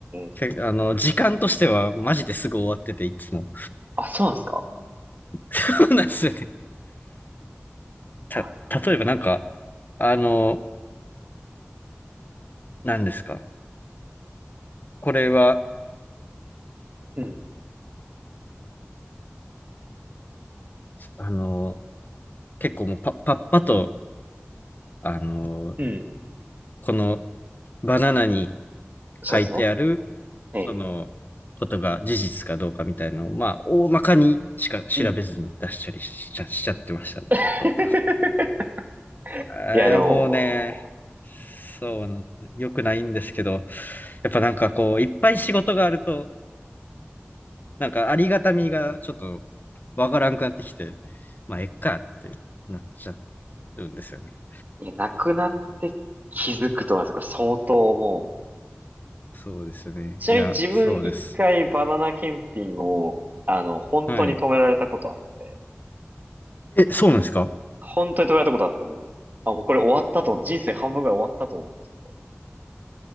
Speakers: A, on the right (about 40°); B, on the left (about 40°).
A: え、
B: け、あの、時間としてはマジですぐ終わってて、いつも。
A: あ、そうなんですか
B: <laughs> そうなんですよね。た、
A: あ
B: 例えばなんか、あの、何ですか。これは、
A: れうん、
B: あの、結構もうパッパッパと、あのー
A: うん。
B: このバナナに
A: そうですね。
B: 書いてある、
A: ええ、
B: そのことが事実かどうかみたいなのを、まあ、大まかにしか調べずに出したりしちゃ、
A: うん。
B: しちゃってましたね、
A: <laughs>
B: ちょっと。あーいや、
A: いや、でも、
B: もうね、そうな、良くないんですけど、やっぱなんかこう、いっぱい仕事があると、なんかありがたみがちょっとわからんくなってきて、まあ、えっかってなっちゃうんですよね。
A: いや、なくなって気づくと思います。これ相当もう。
B: そうですよね。
A: ちなみに自分一回バナナ検品を、
B: いや、そうです。
A: あの、本当に止められたことあって、
B: はい。え、そうなんですか
A: 本当に止められたことあって、もう、あ、もうこれ終わったと、人生半分ぐらい終わったと思って。